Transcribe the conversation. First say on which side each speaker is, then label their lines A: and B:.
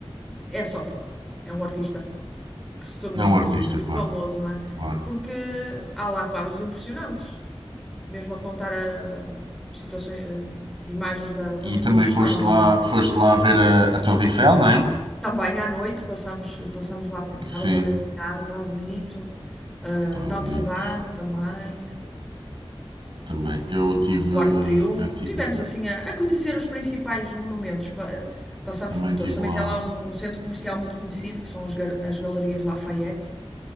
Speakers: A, in the centre; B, on the right (about 55°).
A: é só, porque é um artista que se tornou
B: é um
A: muito,
B: artista,
A: muito
B: claro.
A: famoso, não é?
B: Claro.
A: Porque há lá quadros impressionantes. mesmo a contar ah, situações, ah, imagens da, da
B: E
A: Revolução.
B: também foste lá,
A: E
B: foste lá ver a, a Torre Eiffel, não é?
A: também à noite passamos, passamos lá, por- estava
B: Sim,
A: toda iluminada, estava bonito. Ah,
B: está bonito
A: Notre-Dame também,
B: também. Eu tive,
A: o Arco de Triunfo.
B: eu tive,
A: Tivemos assim a, a conhecer os principais monumentos, pa- passamos
B: também
A: por todos.
B: tive
A: Também
B: lá
A: tem lá um centro comercial muito conhecido, que são as, gar- as Galerias Lafayette.